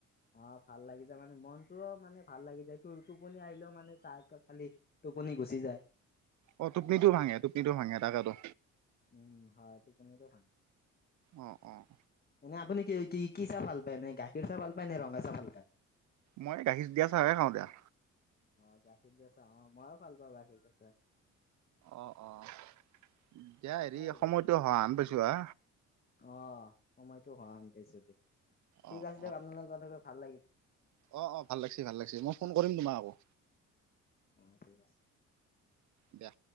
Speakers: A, on the left; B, on the right.
A: অ', ভাল লাগি যায় মানে, মনটোও মানে ভাল লাগি যায়। টো-টোপনি আহিলেও মানে চাহ একাপ খালে টোপনি গুচি যায়।
B: অ', টোপনি ও ভাঙে, টোপনি ও ভাঙে। তাকেইটো।
A: উম হয়। টোপনিটো ভাঙে।
B: অ', অ', অ',
A: মানে আপুনি কি কি কি চাহ ভাল পায়? এনে গাখীৰ চাহ ভাল পায় নে ৰঙা চাহ ভাল পায়?
B: মই গাখীৰ দিয়া চাহেই খাও দিয়া।
A: অ', গাখীৰ দিয়া চাহ। অ', মইও ভাল পাওঁ গাখীৰ দিয়া চাহ।
B: অ', অ', দিয়া হেৰি
A: হয়
B: সময়টো হোৱা হেন পাইছো হা?
A: অ', সময়তো হোৱা হেন পাইছো দিয়ক। ঠিক
B: অ
A: আছে দিয়ক,
B: অ
A: আপোনাৰ লগত কথা কৈ ভাল লাগিল।
B: অ', অ', ভাল লাগিছে ভাল লাগিছে। মই ফোন কৰিম তোমাক আকৌ।
A: উম ঠিক আছে।
B: দিয়া।